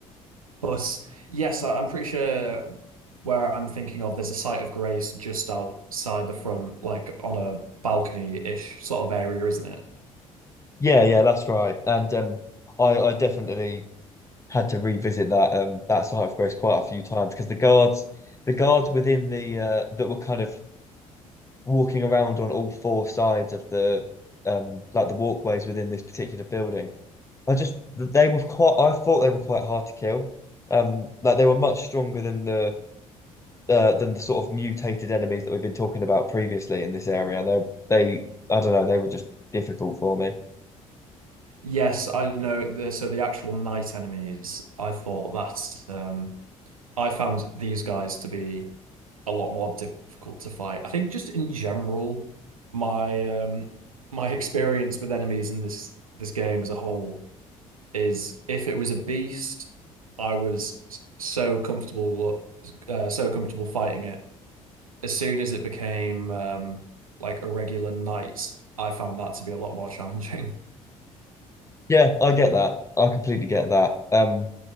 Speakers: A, on the right; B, on the left.
A: but yes, I, I'm pretty sure where I'm thinking of there's a site of grace just outside the front like on a balcony-ish sort of area, isn't it?
B: Yeah, yeah, that's right. And um, I I definitely had to revisit that um that site of grace quite a few times because the guards the guards within the uh that were kind of walking around on all four sides of the um like the walkways within this particular building. I just they were quite I thought they were quite hard to kill. Um like they were much stronger than the uh, than the sort of mutated enemies that we've been talking about previously in this area. They they I don't know, they were just difficult for me.
A: Yes, I know. The, so the actual night enemies, I thought that's um, I found these guys to be a lot more difficult to fight. I think just in general, my um, my experience with enemies in this this game as a whole is if it was a beast, I was s- so comfortable uh, so comfortable fighting it. As soon as it became um, like a regular knight, I found that to be a lot more <laughs> challenging.
B: Yeah, I get that. I completely get that. Um,